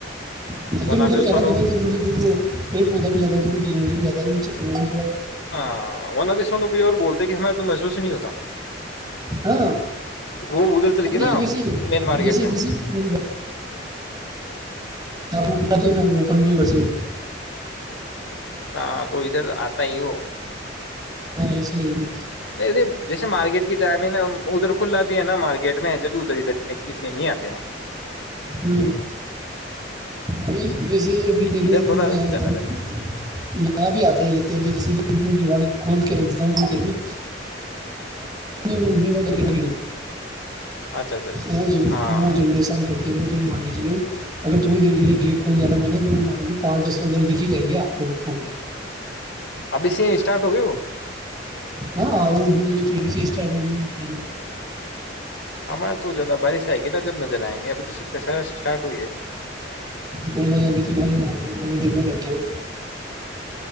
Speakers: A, on the right; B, on the left.
A: پھر
B: ورنہ
A: ادھر
B: بھی
A: کہہ
B: سونو
A: رہاوں صبح ادھر مطلب وہ پیڑ پودا بھی زیادہ ہے تھوڑی گنگی بھی زیادہ ہے اس چکروی
B: ہاں وہنا بھی سن بھی اور بولتے کہ ہمارے کو محسوس نہیں ہوتا
A: ہاں
B: وہ ادھر چل گئی
A: نہیں
B: نا
A: بیسی
B: مین مارکیٹ
A: بیسی
B: میں
A: بیسی مری آپ اا تو اپن بھی بس وہ
B: ہاں تو ادھر آتا ہی ہو
A: اسلئے
B: نہیں جیسے مارکیٹ کی ٹائمنگ ہے ادھر کھلا بھی ہے نا مارکیٹ میں ج ادھر ادھر ا اتنے نہیں آتے ہیں
A: ہ ابھی ویسے ابھی دیکھو
B: ادھر
A: اب
B: تھوڑا
A: میں یہاں بتاؤں
B: زیادہ رہتا ہے
A: یہاں بھی آتے ہی رہتے ہیں ا جیسے کہ وان کھول کے رکھ دیتا ہوں تھوڑی دیر میں میں اڑنے والے ایک کیڑے
B: اچھا اچھا اچھا
A: وہ
B: ہاں
A: وہ جری سم کرتا وہ تو مان گ چلو اگر تھوڑی دیر کے لیے گیٹ کھول دا میں نے تو مان پانچ دس انر دکھ ہی جائیں گےپ کو
B: ابھی سے اسٹارٹ ہوئی وہ
A: ہاں ا بھی چڈو بھی مگےل
B: ہمار تو زیادہ بارش آئے گی نا جب نظر آئیں گے ابھی تو شف کا سارا اسٹارٹ ہوئی ہے
A: کو نہیں لب تو م د میں لگے وہ